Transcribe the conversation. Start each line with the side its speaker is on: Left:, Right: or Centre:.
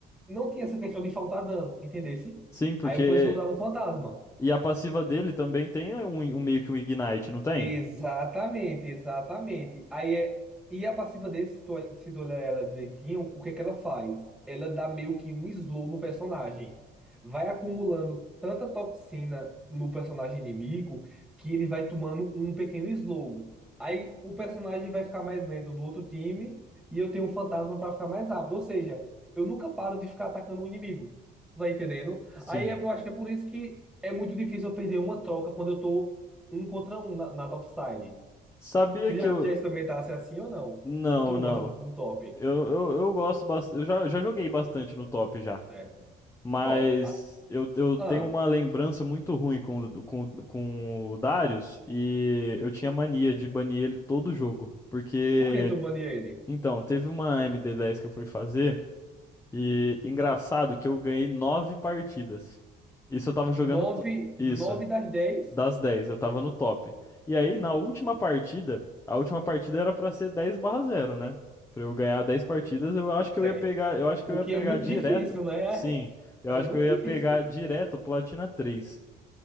Centre: não tinha essa questão de faltar dano, entendesse?
Left: Sim, porque.
Centre: Aí por isso que eu botava um fantasma.
Left: E a passiva dele também tem um, um meio que um Ignite, não tem?
Centre: Exatamente, exatamente. Aí é, e a passiva dele, se tu, se tu olhar ela direitinho, o que é que ela faz? Ela dá meio que um slow no personagem. Vai acumulando tanta toxina no personagem inimigo que ele vai tomando um pequeno slow. Aí o personagem vai ficar mais lento do outro time e eu tenho um fantasma para ficar mais rápido. Ou seja, eu nunca paro de ficar atacando o inimigo. Tá entendendo?
Left: Sim.
Centre: Aí eu acho que é por isso que é muito difícil eu perder uma troca quando eu tô um contra um na, na topside.
Left: Sabia
Centre: Tu
Left: que
Centre: já,
Left: eu.
Centre: já experimentasse assim ou não?
Left: Não,
Centre: Ou tu não
Left: não.
Centre: gosta muito do top?
Left: Eu, eu, eu gosto bastante. Eu já, já joguei bastante no top já.
Centre: Certo.
Left: Mas
Centre: Ó, ah,
Left: eu, eu tenho
Centre: ah,
Left: uma lembrança muito ruim com, o- com, o- com o Darius. E eu tinha mania de banir ele todo jogo. Porque.
Centre: por que tu bania ele?
Left: Então, teve uma MD10 que eu fui fazer. E engraçado que eu ganhei nove partidas. Isso eu tava jogando.
Centre: nove
Left: to- Isso,
Centre: nove das dez
Left: das 10. eu tava no top. E aí, na última partida, a última partida era pra ser 10 barra zero, né? Pra eu ganhar 10 partidas, eu acho que
Centre: certo.
Left: eu ia pegar. Eu acho que
Centre: O
Left: eu ia
Centre: que
Left: pegar
Centre: é muito
Left: direto.
Centre: difícil, né?
Left: Sim,
Centre: É,
Left: eu acho
Centre: é muito
Left: que eu ia
Centre: difícil.
Left: pegar direto o Platina três.